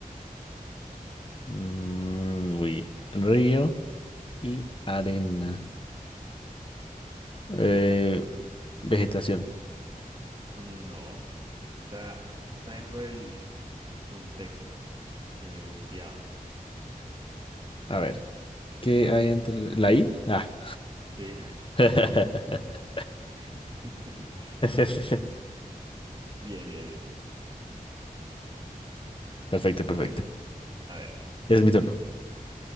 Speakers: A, on the left; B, on the right.
A: Mm, uy, río y arena. Eh, vegetación.
B: No. Está, está dentro del contexto, el enunciado.
A: A ver. ¿Qué hay entre la I? Ah.
B: Sí.
A: <laughs>
B: <laughs>
A: Este-
B: Bien, bien, bien.
A: Perfecto,
B: Listo,
A: perfecto.
B: bueno. A ver,
A: Es mi turno.